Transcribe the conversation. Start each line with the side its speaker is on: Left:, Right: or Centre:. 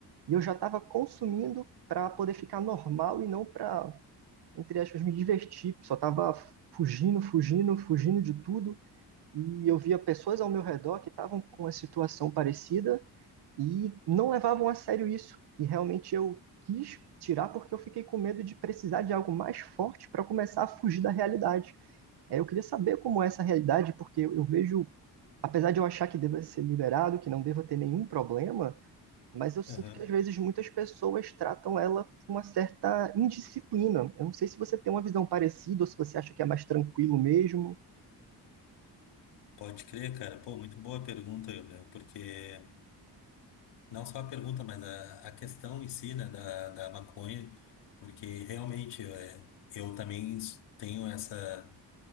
Right: E eu já estava consumindo para poder ficar normal e não para, entre aspas, me divertir. Só estava fugindo, fugindo, fugindo de tudo. E eu via pessoas ao meu redor que estavam com uma situação parecida e não levavam a sério isso. E realmente eu quis tirar porque eu fiquei com medo de precisar de algo mais forte para começar a fugir da realidade. É, eu queria saber como é essa realidade, porque eu eu vejo, apesar de eu achar que deva ser liberado, que não deva ter nenhum problema, mas eu sinto
Left: Aham.
Right: que às vezes muitas pessoas tratam ela com uma certa indisciplina. Eu não sei se você tem uma visão parecida ou se você acha que é mais tranquilo mesmo.
Left: Pode crer, cara. Pô, muito boa pergunta, Gabriel, porque. Não só a pergunta, mas a, a questão em si, né, da, da maconha, porque realmente é, eu também tenho essa,